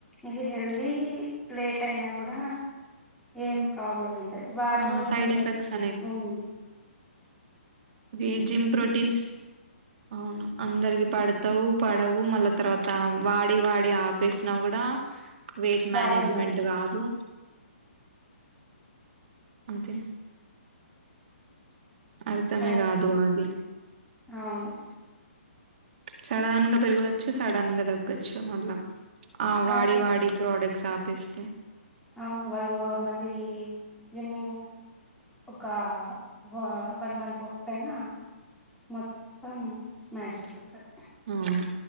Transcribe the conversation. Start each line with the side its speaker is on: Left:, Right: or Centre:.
Centre: ఇది హెల్దీ లేట్ అయినా కూడా ఏం ప్రాబ్లం ఉండదు వాటి
Right: ఆ
Centre: వల్ల
Right: సైడ్
Centre: కొందరికి
Right: ఎఫెక్ట్స్
Centre: మ్మ్
Right: వి జిమ్ ప్రోటీన్స్ అవును అందరికి పడతావు పడవు మళ్ళా తర్వాత వాడి వాడి ఆపేసి నవ్వు గుడా వెయిట్
Centre: ప్రాబ్లమే
Right: మేనేజ్మెంట్ కాదు అంతే అర్థమే
Centre: అది
Right: కాదు అది
Centre: అవును
Right: సడన్ గా పెరగవచ్చు సడన్ గా తగ్గొచ్చు మళ్ళా ఆ వాడి
Centre: అవును
Right: వాడి ప్రోడక్ట్స్ హ పిస్తే
Centre: అవును వాళ్ళు మళ్ళీ జిమ్ ఒక వ వన్ మంత్ వర్క్పోయినా మొత్తం స్మాష్ అయిపోతది
Right: అవును